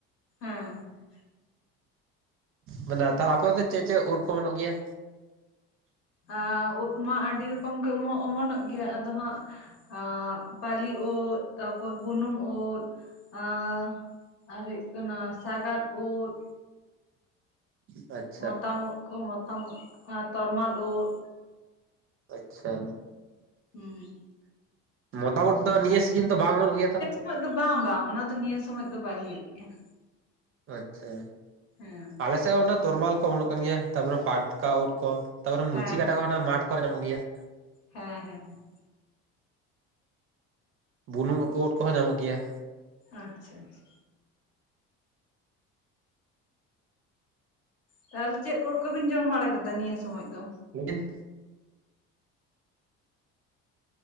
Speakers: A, on the left; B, on the right.
A: ᱦᱮᱸ ᱦᱮᱸ
B: ᱢᱟᱱᱮ ᱛᱟᱦᱚᱞᱮ ᱟᱯᱮ ᱚᱱᱛᱮ ᱪᱮᱫ ᱪᱮᱫ ᱩᱫᱽ ᱠᱚ ᱚᱢᱚᱱᱚᱜ ᱜᱮᱭᱟ?
A: ᱟᱸ ᱤᱫᱽ ᱢᱟ ᱟᱹᱰᱤ ᱨᱚᱠᱚᱢ ᱜᱮ ᱚᱢᱚᱱ ᱚᱢᱚᱱᱚᱜ ᱜᱮᱭᱟ ᱟᱫᱚ ᱦᱟᱸᱜ ᱟᱸ ᱵᱟᱞᱤ ᱩᱫᱽ ᱛᱟᱯᱚᱨ ᱵᱩᱱᱩᱢ ᱩᱫᱽ ᱟᱨ ᱟᱨ ᱦᱩᱭᱩᱜ ᱠᱟᱱᱟ ᱥᱟᱜᱟᱫ ᱩᱫᱽ
B: ᱟᱪᱪᱷᱟ
A: ᱢᱚᱛᱟᱢ ᱩᱫᱽ ᱠᱚ ᱢᱚᱛᱟᱢ ᱤᱫᱽ ᱛᱚᱨᱢᱟᱞ ᱩᱫᱽ
B: ᱟᱪᱪᱷᱟ
A: ᱦᱩᱸ
B: ᱢᱚᱛᱟᱢ ᱳᱫ ᱫᱚ ᱱᱤᱭᱟᱹ ᱥᱤᱡᱤᱱ ᱫᱚ ᱵᱟᱝ ᱚᱢᱚᱱᱚᱜ ᱜᱮᱭᱟ ᱛᱚ?
A: ᱩᱱᱟᱹᱜ ᱫᱚ ᱵᱟᱝ ᱵᱟᱝ ᱚᱱᱟ ᱫᱚ ᱱᱤᱭᱟᱹ ᱥᱚᱢᱚᱭ ᱫᱚ ᱵᱟᱭ ᱦᱩᱭᱩᱜ ᱜᱮᱭᱟ।
B: ᱟᱪᱪᱷᱟ
A: ᱦᱮᱸ
B: ᱟᱞᱮ ᱥᱮᱫ ᱦᱚᱸ ᱚᱱᱟ ᱛᱚᱨᱢᱟᱞ ᱠᱚ ᱚᱢᱚᱱᱚᱜ ᱠᱟᱱ ᱜᱮᱭᱟ, ᱛᱟᱯᱚᱨᱮ ᱯᱟᱴᱠᱟ ᱳᱫ ᱠᱚ, ᱛᱟᱯᱚᱨᱮ ᱢᱩᱪᱤ
A: ᱦᱮᱸ
B: ᱠᱟᱴᱟ ᱠᱚ ᱢᱟᱴ ᱠᱚᱨᱮ ᱧᱟᱢᱚᱜ ᱜᱮᱭᱟ ᱾
A: ᱦᱮᱸ ᱦᱮᱸ ᱦᱮᱸ
B: ᱵᱩᱱᱩᱢ ᱳᱫ ᱠᱚᱦᱚᱸ ᱧᱟᱢᱚᱜ ᱜᱮᱭᱟ।
A: ᱟᱪᱪᱷᱟ ᱟᱪᱪᱷᱟ ᱛᱟᱦᱚᱞᱮ ᱪᱮᱫ ᱠᱚ ᱳᱫ ᱠᱚᱵᱤᱱ ᱡᱚᱢ ᱵᱟᱲᱟ ᱠᱮᱫᱟ ᱱᱤᱭᱟᱹ ᱥᱚᱢᱚᱭ ᱫᱚ?
B: ᱞᱮᱭ ᱵᱤᱱ